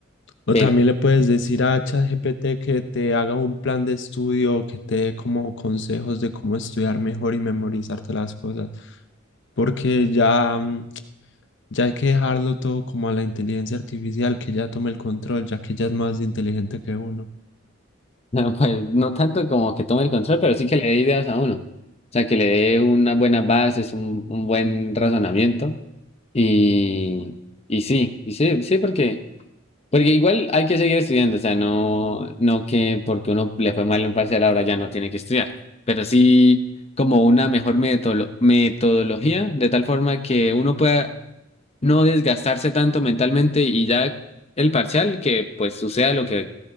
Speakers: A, on the left (about 60°); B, on the left (about 30°).
A: O
B: pero,
A: también le puedes decir a ChatGPT que te haga un plan de estudio, que te dé como consejos de cómo estudiar mejor y memorizarte las cosas, porque ya, mm, ya hay que dejarlo todo como a la inteligencia artificial, que ya tome el control, ya que ella es más inteligente que uno.
B: <laughs> no, pues no tanto como que tome el control, pero sí que le dé ideas a uno. O sea, que le dé unas buenas bases, un, un buen razonamiento. Y, y sí, y sí, sí, porque Porque igual hay que seguir estudiando, o sea, no, no que porque uno le fue mal en un parcial ahora ya no tiene que estudiar, pero sí como una mejor metodolo- metodología, de tal forma que uno pueda no desgastarse tanto mentalmente y ya el parcial que pues suceda lo que